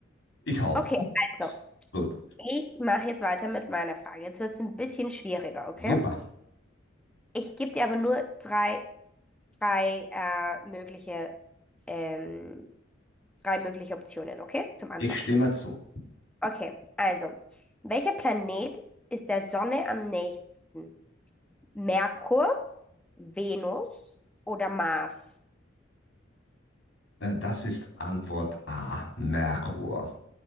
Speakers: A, on the left (about 85°); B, in the centre.
A: Ich auch.
B: okay, also.
A: Gut.
B: Ich mache jetzt weiter mit meiner Frage. Jetzt wird es ein bisschen schwieriger, okay?
A: Super.
B: Ich gebe dir aber nur drei, drei äh, mögliche, ähm, drei mögliche Optionen, okay? Zum Antworten.
A: Ich stimme zu.
B: Okay, also, welcher Planet ist der Sonne am nächsten? Merkur, Venus oder Mars?
A: Äh, Das ist Antwort A, Merkur.